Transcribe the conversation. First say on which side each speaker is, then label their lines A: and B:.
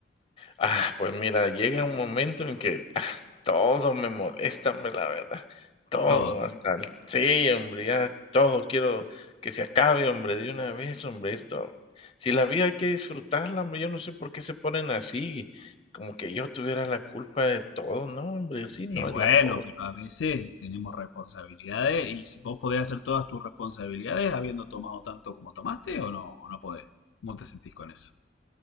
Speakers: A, on the left; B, on the left.
A: Ah, pues mira, llega un momento en que, ah, todo me molesta, hombre, la verdad. Todo,
B: Todo.
A: Oh. hasta el sí, hombre, ya todo quiero que se acabe, hombre, de una vez, hombre, esto. Si la vida hay que disfrutarla, hombre, yo no sé por qué se ponen así, como que yo tuviera la culpa de todo. No, hombre, así
B: Y
A: no
B: bueno,
A: es la cosa.
B: pero a veces tenemos responsabilidades y si vos podés hacer todas tus responsabilidades habiendo tomado tanto como tomaste o no, o no podés. ¿Cómo te sentís con eso?